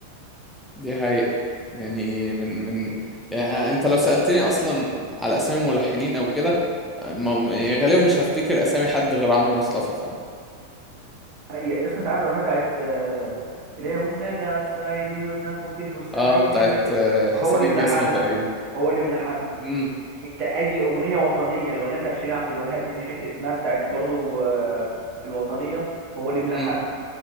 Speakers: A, in the centre; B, on the right.
A: دي حقيقة يعني من من يعني انت لو سألتني اصلا على اسامي ملحنين او كده ما- يعني غالبا مش هفتكر اسامي حد غير عمرو مصطفى
B: يا اصلا انت عارف الاغنيه بتاعت آه، اللي هي وبنادى على الصعيدي وبناخد كل بورسعيدي
A: اه بتاعت
B: مش
A: آه، حسين
B: هو اللي
A: الجسمي
B: ملحنها
A: تقريبا
B: هو اللي ملحنها
A: امم
B: انت اي اغنيه وطنيه الاغنيه بتاعت شيرين عبد الوهاب دي مش فاكر اسمها بتاعت برضو آه، الوطنيه هو اللي ملحنها
A: امم